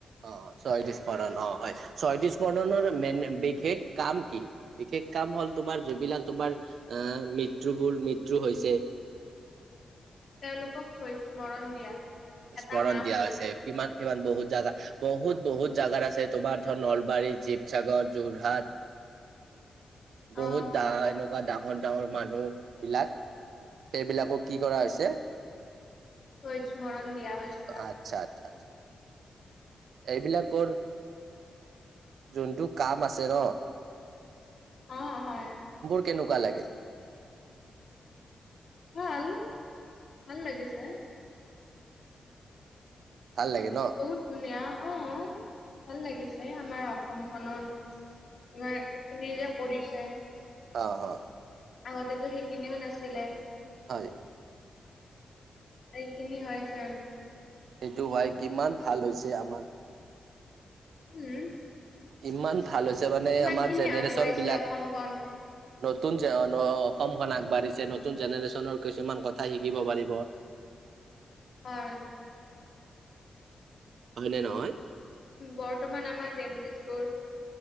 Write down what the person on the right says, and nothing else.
অঁ শ্বহীদ স্মৰণ অঁ হয়। শ্বহীদ স্মৰণৰ মেইন বিশেষ কাম কি? বিশেষ কাম ক হ'ল তোমাৰ যিবিলাক তোমাৰ আহ মৃত্যুবোৰ মৃত্যু হৈছে।
স্মৰণ
দিয়া হৈছে কিমান? কিমান বহুত জাগা। বহুত বহুত জাগাত আছে তোমাৰ ধৰ নলবাৰী, শিৱসাগৰ, যোৰহাট
বহুত
দা এনেকুৱা দা সকট দাঙৰ মানুহ বিলাক সেইবিলাকক কি কৰা হৈছে।
আচ্ছা আচ্ছা। এইবিলাকৰ যোনটো কাম আছে ন
কেনেকোৱা লাগে?
ভাল লাগে ন
অ অ।
হয়।
সেইটো হয় কিমান ভাল হৈছে আমাৰ।
ইমান- ভাল হৈছে মানে
আমাৰ
জেনেৰেচন
বিলাক
নতুন যে অসমখন আ পাৰিছে নতুন জেনেৰেচন কিছুমান নতুন কথা শিকিব পাৰিব।
হয় নে নহয়।